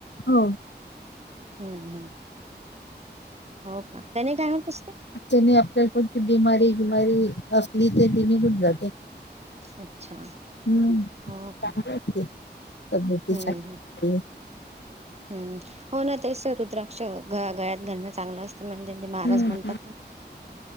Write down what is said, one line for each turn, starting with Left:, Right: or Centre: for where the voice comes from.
Left: हो.
Right: हम्म हम्म. हो का? त्याने काय होत असते
Left: त्यानी आपल्याला कोणती बिमारी गुमारी असली तर ती निघून जाते.
Right: अच्छा
Left: हम्म,
Right: हो का
Left: चांगलंय की. तब्यतीसाठी
Right: हम्म हम्म हम्म, हो ना तेच रुद्राक्ष ग गळ्यात घालणं चांगलं अस ते म्हणजे ते महाराज
Left: हम्म
Right: म्हणतात ना.